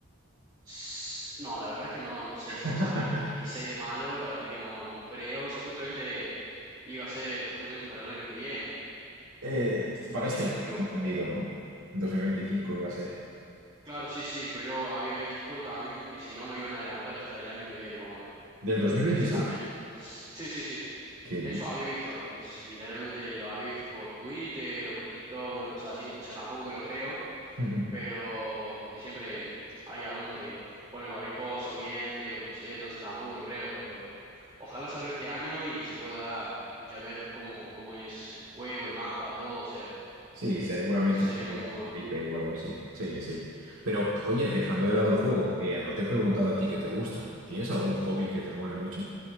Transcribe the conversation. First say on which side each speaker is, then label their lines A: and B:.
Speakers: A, on the right; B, on the right.
A: S- No, la verdad que no, no sé
B: <laughs>
A: si va a salir el 26 de mayo, la verdad que no, no creo. Supuestamente iba a ser justamente para el año que viene,
B: Eh, para
A: si
B: este
A: no
B: año,
A: me equivoco.
B: tengo entendido, ¿no? En 2025 iba a ser.
A: Claro, sí, sí, pero yo había visto también que si no lo iban a adelantar hasta el año que viene, más o menos.
B: Del dos mil veintiséis
A: Eso también. Sí, sí, sí.
B: ¿Qué dices?
A: Eso había visto. Es literalmente lo había visto por Twitter o por TikTok, una cosa así. O sea, tampoco me lo creo,
B: Ujú.
A: pero porque siempre hay algunos que ponen cualquier cosa o miente o lo que sea, entonces tampoco me lo creo, pero ojalá salga este año y se pueda ya ver cómo, cómo es el juego, el mapa, todo. O sea,
B: Sí, seguramente
A: eso sería
B: es
A: muy,
B: algún
A: muy bueno.
B: IP o algo así. Sí, sí. Pero, oye, dejando de lado el juego, eh, no te he preguntado a ti qué te gusta. ¿Tienes algún hobby que te mole mucho?